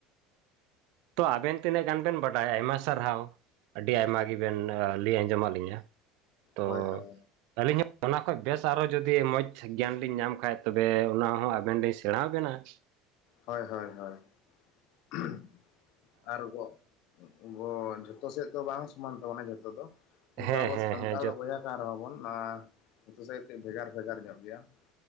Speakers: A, on the right; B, on the left.
A: ᱛᱚ ᱟᱵᱮᱱ ᱛᱤᱱᱟᱹᱜ ᱜᱟᱱ ᱵᱮᱱ ᱵᱟᱰᱟᱭᱟ ᱟᱭᱢᱟ ᱥᱟᱨᱦᱟᱣ ᱟᱹᱰᱤ ᱟᱭᱢᱟ
B: ᱦᱩᱸ
A: ᱜᱮᱵᱮᱱ ᱞᱟᱹᱭ ᱟᱸᱡᱚᱢᱟᱫ ᱞᱤᱧᱟᱹ ᱾ ᱛᱚ
B: ᱦᱳᱭ ᱦᱳᱭ
A: ᱟᱹᱞᱤᱧ ᱦᱚᱸ ᱚᱱᱟ ᱠᱷᱚᱡ ᱵᱮᱥ ᱟᱨᱚ ᱡᱩᱫᱤ ᱢᱚᱡᱽ ᱜᱮᱭᱟᱱ ᱞᱤᱧ ᱧᱟᱢ ᱠᱷᱟᱡ ᱛᱚᱵᱮ ᱚᱱᱟ ᱦᱚᱸ ᱟᱵᱮᱱ ᱞᱤᱧ ᱥᱮᱬᱟ ᱵᱮᱱᱟ ᱾
B: ᱦᱳᱭ ᱦᱳᱭ ᱦᱳᱭ <unintelligible> ᱟᱨ ᱜᱚ ᱜᱚ ᱡᱷᱚᱛᱚ ᱥᱮᱫ ᱫᱚ ᱵᱟᱝ ᱥᱚᱢᱟᱱ ᱛᱟᱵᱚᱱᱟ ᱡᱷᱚᱛᱚ ᱫᱚ ᱦᱚᱭᱛᱚ
A: ᱦᱮᱸ
B: ᱟᱵᱚ
A: ᱦᱮᱸ
B: ᱥᱟᱱᱛᱟᱲ
A: ᱦᱮᱸ ᱡᱚᱛᱚ
B: ᱵᱚᱭᱦᱟ ᱠᱟᱱ ᱨᱮᱦᱚᱸ ᱵᱚᱱ ᱟ ᱡᱚᱛᱚ ᱥᱮᱫ ᱠᱟᱹᱡ ᱵᱷᱮᱜᱟᱨ ᱵᱷᱮᱜᱟᱨ ᱧᱚᱜ ᱜᱮᱭᱟ ᱾